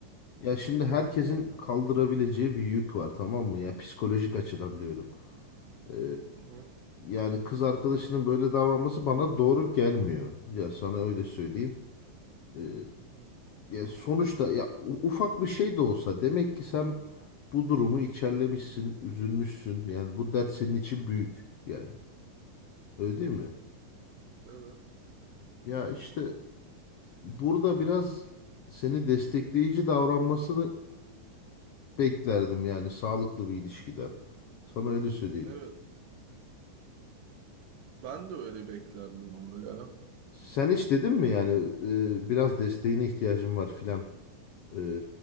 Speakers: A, on the left; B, on the right.
A: Ya şimdi herkesin kaldırabileceği bir yük var tamam mı? Ya psikolojik açıdan
B: Hı hı,
A: diyorum. Ee,
B: hı hı,
A: yani kız arkadaşının böyle davranması bana doğru gelmiyor. Ya sana öyle söyleyeyim.
B: hı hı,
A: Ee,
B: hı hı,
A: ya sonuçta ya u- ufak bir şey de olsa demek ki sen bu durumu içerlemişsin, üzülmüşsün. Yani bu dert senin için büyük yani. Öyle değil mi?
B: hı hı. Evet,
A: Ya işte burada biraz seni destekleyici davranmasını beklerdim yani sağlıklı bir ilişkiden. Sana öyle söyleyeyim.
B: evet. Ben de öyle beklerdim ama ya.
A: Sen hiç dedin mi yani e, biraz desteğine ihtiyacım var filan. E,